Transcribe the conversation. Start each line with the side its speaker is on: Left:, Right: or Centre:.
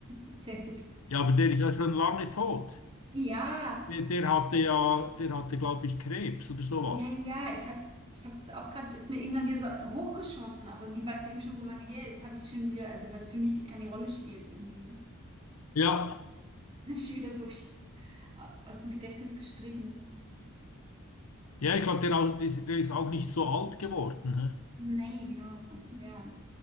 Right: sehr gut.
Left: Ja, aber der ist ja schon lange tot.
Right: Ja.
Left: Der, der hatte ja, der hatte, glaube ich, Krebs oder sowas.
Right: Ja, ja, ich habe ich es auch gerade, ist mir eben dann wieder so hochgeschossen, aber wie weil es eben schon so lange her ist, habe ich schon wieder, also was für mich keine Rolle spielt irgendwie,
Left: Ja,
Right: <laughs> habe ich wieder so st- aus dem Gedächtnis gestrichen.
Left: ja, ich glaube, der, au- dis- der ist auch nicht so alt geworden, hä?
Right: Nee, genau, ja,